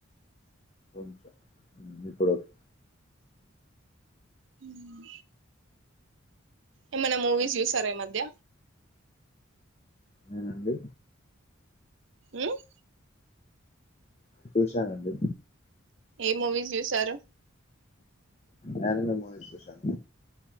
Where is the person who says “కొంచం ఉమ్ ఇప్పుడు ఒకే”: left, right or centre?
Left